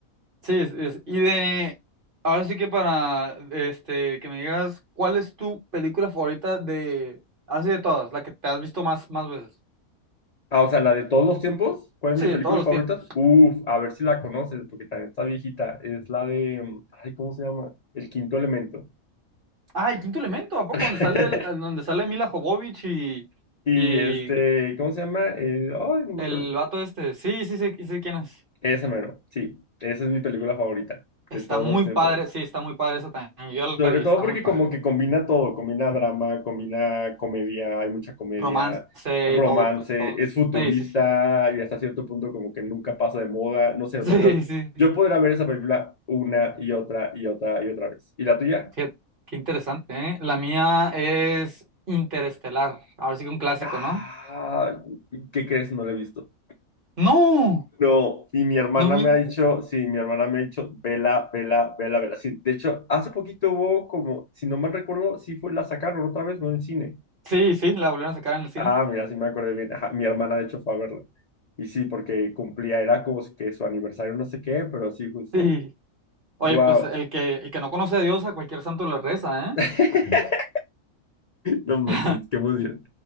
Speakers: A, on the right; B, on the left.
A: sí, es, es- y de, ahora sí que para, este, que me digas, ¿cuál es tu película favorita de, así de todas, la que te has visto más, más veces?
B: Ah, o sea, la de todos los tiempos. ¿Cuál es
A: Sí,
B: mi
A: de
B: película
A: todos los
B: favorita?
A: tiempos.
B: Uf, a ver si la conoces, porque también está viejita. Es la de, mm, ay, ¿cómo se llama? El quinto elemento.
A: Ah, el quinto elemento, ¿a poco?
B: <laughs>
A: Donde sale, el- donde sale Mila Jovovich y,
B: Y
A: y
B: este, ¿cómo se llama? Eh, ay, no me
A: el
B: acuerdo.
A: vato este. Sí, sí, sí, sí, quién es.
B: Ese mero, sí. Esa es mi película favorita
A: Está
B: de todos
A: muy
B: los tiempos.
A: padre, sí, está muy padre esa también. Yo
B: Sobre
A: la vi,
B: todo
A: está
B: porque
A: muy padre.
B: como que combina todo, combina drama, combina comedia, hay mucha comedia,
A: Romance
B: romance,
A: y todo, pues todo.
B: es futurista
A: Sí, sí, sí. <laughs>
B: y hasta cierto punto como que nunca pasa de moda, no sé, o
A: Sí,
B: sea, yo,
A: sí.
B: yo podría ver esa película una y otra y otra y otra vez. ¿Y la tuya?
A: Qué, qué interesante, ¿eh? La mía es Interestelar. Ahora sí que un clásico,
B: Ah,
A: ¿no?
B: ¿qué crees? No la he visto.
A: ¡No!
B: No, y mi hermana
A: No me
B: me
A: digas.
B: ha dicho, sí, mi hermana me ha dicho, vela, vela, vela, vela. Sí, de hecho, hace poquito hubo como, si no mal recuerdo, sí fue, la sacaron otra vez, no en cine
A: Sí, sí, la volvieron a sacar en el cine.
B: Ah, mira, sí me acuerdo bien. Ajá, mi hermana, de hecho, fue a verla. Y sí, porque cumplía, era como que su aniversario, no sé qué, pero sí, justo.
A: Sí. Oye,
B: Wow.
A: pues el que, el que no conoce a Dios, a cualquier santo le reza, ¿eh?
B: <laughs> No manches,
A: <laughs>
B: qué emoción.